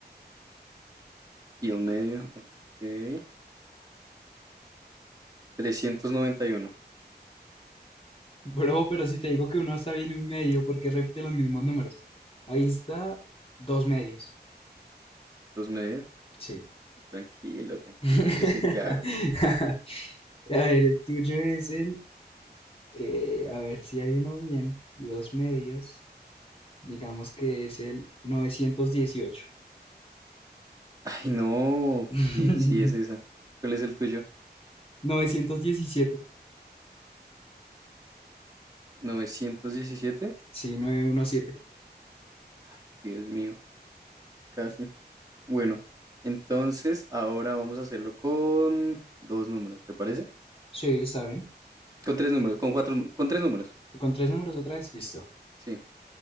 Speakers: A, on the right; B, on the left.
A: y un medio. Ok. trescientos noventa y uno
B: Bro, pero si te digo que uno está bien y un medio, ¿por qué repite los mismos números? Ahí está dos medios.
A: Dos medios.
B: sí.
A: Tranquilo, tranquilo,
B: <laughs>
A: yo sé qué hago.
B: A ver, el tuyo es el... eh, a ver si hay uno bien y dos medios. Digamos que es el novecientos dieciocho.
A: Ay, no.
B: <laughs>
A: Y sí, es esa. ¿Cuál es el tuyo?
B: 917.
A: novecientos diecisiete
B: Sí, 917.
A: Ay, Dios mío, casi. Bueno, entonces ahora vamos a hacerlo con dos números, ¿te parece?
B: Sí, está bien.
A: Con tres números, con cuatro, nu- con tres números.
B: Con tres números otra vez. Listo.
A: Sí.